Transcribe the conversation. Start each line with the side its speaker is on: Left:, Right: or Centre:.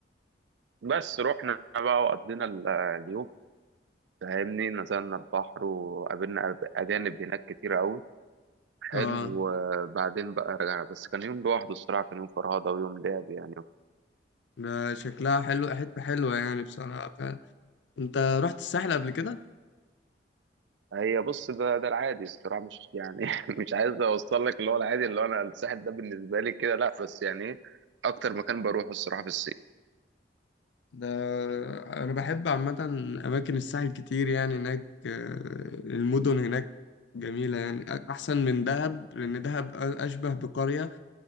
Right: بس رحنا بقى وقضينا ال- اليوم فاهمني نزلنا البحر وقابلنا أب- اجانب هناك كتير قوي حلو
Left: اه
Right: وبعدين بقى رجعنا بس كان يوم لوحده الصراحه كان يوم فرهده ويوم لعب يعني
Left: ده شكلها حلو حتة حلوة يعني بصراحة فعلا انت رحت الساحل قبل كده
Right: هي بص ده ده العادي الصراحه مش يعني <laughs> مش عايز اوصل لك اللي هو العادي اللي هو انا الساحل ده بالنسبه لي كده لا بس يعني ايه اكتر مكان بروحه الصراحه في الصيف
Left: ده أنا بحب عامة أماكن الساحل كتير يعني هناك آه، المدن هناك جميلة يعني أحسن من دهب لأن دهب أشبه بقرية